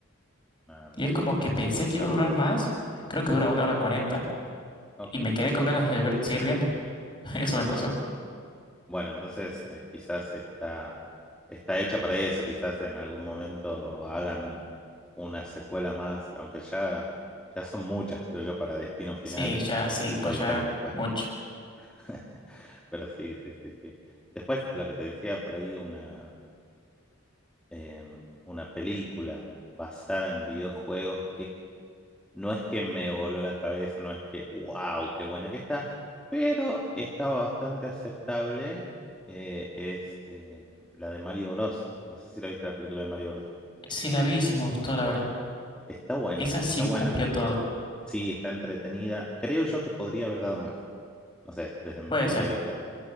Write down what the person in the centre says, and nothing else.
Ah, mira.
Ujú,
Ok.
Ah,
Bueno, entonces eh, quizás está, está hecha para eso, quizás en algún momento hagan una secuela más, aunque ya, ya son muchas, creo yo, para Destino Final
y
para
el tipo de
historia que cuenta.
<laughs> Pero sí, sí, sí, sí. Después, lo que te decía por ahí, una, eh, una película basada en videojuegos no es que me voló la cabeza, no es que, wow, qué buena que está, pero estaba bastante aceptable. eh, es eh, la de Mario Bros. No sé si la viste la película de Mario Bros.
Está buena,
está buena.
Sí, está entretenida. Creo yo que podría haber dado más. No sé, desde mi
punto
de vista.